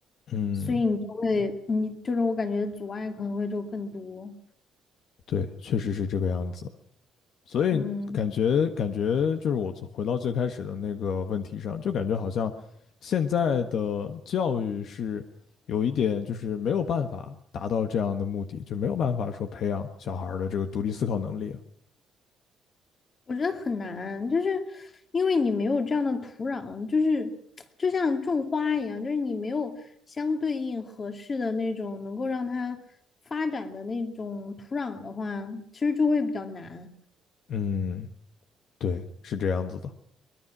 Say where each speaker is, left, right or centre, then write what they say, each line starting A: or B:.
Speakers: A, on the left (about 60°); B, on the left (about 35°).
A: 嗯，
B: 所以你就会，你就是我感觉阻碍可能会就更多。
A: 对，确实是这个样子。所以感觉感觉就是我从回到最开始的那个问题上，
B: 嗯，
A: 就感觉好像现在的教育是有一点就是没有办法达到这样的目的，就没有办法说培养小孩儿的这个独立思考能力啊。
B: 我觉得很难，就是因为你没有这样的土壤，就是就像种花一样，就是你没有相对应合适的那种能够让它发展的那种土壤的话，其实就会比较难。
A: 嗯，对，是这样子的。